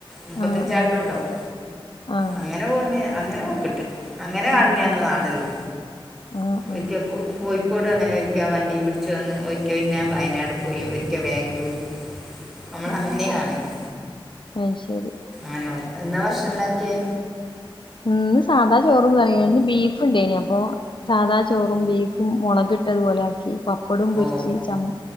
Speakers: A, in the centre; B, on the left.
A: മുപ്പത്തഞ്ചാളെല്ലും
B: ആഹ് ആഹ്
A: ഉണ്ടാവും
B: ആഹ്
A: അങ്ങനെ പോവുന്നെയാ അങ്ങനെ പോക്ക്ണ്ട്. അങ്ങനെ കാണുന്നേയാന്ന്
B: ഉം
A: നാടെല്ലാ
B: ആഹ്
A: ഒരിക്കെകൂ.
B: ആഹ്
A: കോയ്ക്കോടും അങ്ങനെ ഒരിക്കെ വണ്ടിയും പിടിച്ച് വന്ന് ഒരിക്കൽ പിന്നെ വയനാടും പോയി ഒരിക്കേ വാംഗ്ലൂരും നമ്മള്
B: ഉം
A: അങ്ങനെയാക്കാണല്.
B: അയ്ശരി
A: ആണോ എന്നാ വക്ഷണം ണ്ടാക്ക്യേ?
B: ഇന്ന് സാധാ ചോറും കറിയാ ഇന്ന് ബീഫ് ഇണ്ടേനി അപ്പൊ. സാദാ ചോറും ബീഫും മൊളക് ഇട്ടതുപോലെ ആക്കി പപ്പ പ്പടും പൊരിച്ച്
A: ഓ
B: ചമ്മ്